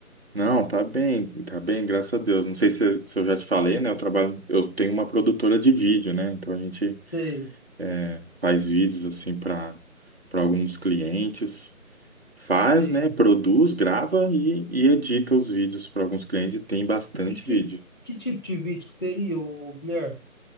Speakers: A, on the right; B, on the left.
A: Não, tá bem, tá bem, graças a Deus. Não sei se, se eu já te falei, né? Eu trabalho, eu tenho uma produtora de vídeo, né? Então a gente
B: Sei,
A: é, faz vídeos assim para para alguns clientes, faz,
B: sei.
A: né? Produz, grava e, e edita os vídeos para alguns clientes e tem bastante
B: E que,
A: vídeo.
B: que tipo de vídeo que seria, ô, Guilherme?